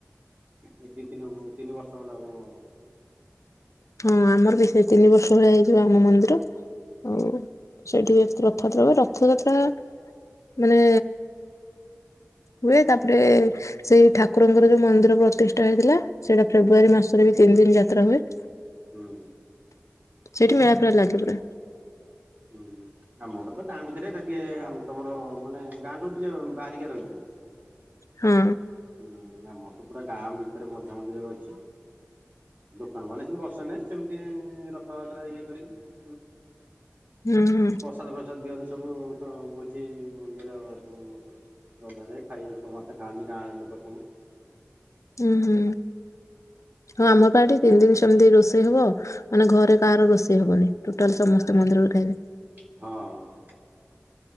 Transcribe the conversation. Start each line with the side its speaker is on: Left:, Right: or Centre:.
Right: ଏ ଦି ତିନି ତିନି ବର୍ଷ ଖଣ୍ଡେ ହବ।
Left: ହଁ ଆମର ବି ସେ ତିନି ବର୍ଷ ଭଳିଆ ହେଇଯିବ ଆମ ମନ୍ଦିର। ଆଉ ସେଇଠି ହୁଏ ରଥଯାତ୍ରା ହୁଏ ରଥଯାତ୍ରା। ମାନେ ହୁଏ ତାପରେ। ସେଇ ଠାକୁରଙ୍କର ଯୋଉ ମନ୍ଦିର ପ୍ରତିଷ୍ଠା ହେଇଥିଲା ସେଇଟା ଫେବୃଆାରୀ ମାସରେ ବି ତିନି ଦିନ ଯାତ୍ରା ହୁଏ।
Right: ହୁଁ।
Left: ସେଇଠି ମେଳା ଫେଳା ଲାଗେ ପୁରା।
Right: ହୁଁ ଆମର ତ ଗାଁ ଭିତରେ ଏଟା ଟିକେ ତମର ମାନେ ଗାଁଠୁ ଟିକେ ବାହାରିକା ରହିଛି।
Left: ହଁ।
Right: ହୁଁ ଆମର ତ ପୁରା ଗାଁ ଭିତରେ ମଝା ମଝିରେ ରହିଁଛି। ଦୋକାନ ବାଡ଼ି ସେମିତି ବସେ ନେଇ ସେମିତି ରଥଯାତ୍ରା ଇଏ କରିକି
Left: ହୁଁ ହୁଁ
Right: ପ୍ରସାଦ ପ୍ରସାଦ ଦିଅନ୍ତି ସବୁ ତ ଭୋଜି ଇଏର ସବୁ ରନ୍ଧାଯାଏ ଖାଇବାକୁ ସମସ୍ତେ ଖାଆନ୍ତି ଗାଁ ଲୋକ ସବୁ।
Left: ହୁଁ ହୁଁ ହଁ ଆମ ପା ଏଠି ତିନି ଦିନ ସେମିତି ରୋଷେଇ ହବ। ମାନେ ଘରେ କାହାର ରୋଷେଇ ହବନି ଟୋଟାଲ ସମସ୍ତେ ମନ୍ଦିରରେ ଖାଇବେ।
Right: ହଁ।